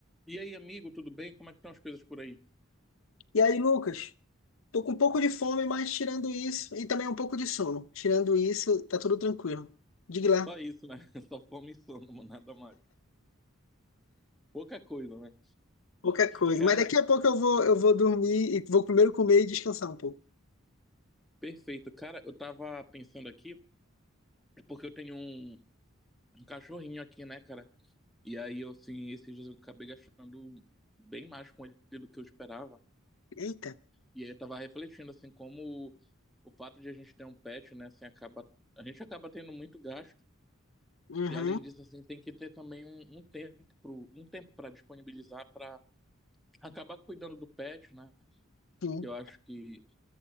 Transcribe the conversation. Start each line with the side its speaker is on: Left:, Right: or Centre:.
Centre: E aí, amigo, tudo bem? Como é que estão as coisas por aí?
Left: E aí, Lucas, tô com um pouco de fome, mas tirando isso, e também um pouco de sono. Tirando isso, tá tudo tranquilo. Diga lá,
Centre: Só isso, né? <laughs> Só fome e sono, mano, nada mais. Pouca coisa, né?
Left: pouca coisa.
Centre: Cara,
Left: Mas daqui a pouco eu vou, eu vou dormir e vou primeiro comer e descansar um pouco.
Centre: perfeito. Cara, eu tava pensando aqui, é porque eu tenho um, um cachorrinho aqui, né, cara? E aí, eu, assim, esses dias eu acabei gastando bem mais com ele do que eu esperava.
Left: Eita.
Centre: E aí eu tava refletindo, assim, como o, o fato de a gente ter um pet, né, assim, acaba... A gente acaba tendo muito gasto.
Left: Uhum,
Centre: E além disso, assim, tem que ter também um, um tempo pro, um tempo para disponibilizar para acabar cuidando do pet, né?
Left: sim,
Centre: Eu acho que.